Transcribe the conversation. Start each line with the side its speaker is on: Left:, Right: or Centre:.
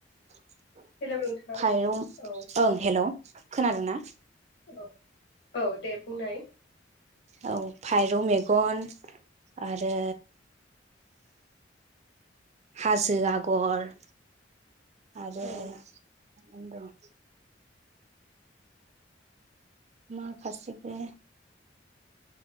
Right: <inaudible>
Left: हेलौ नोंथां
Right: फाइरं
Left: औ
Right: ओं हेल' खोनादों ना
Left: औ औ दे बुंनाय
Right: औ <unintelligible> मेगन आरो हाजो आगर आरो
Left: औ
Right: होनदों माखासिबो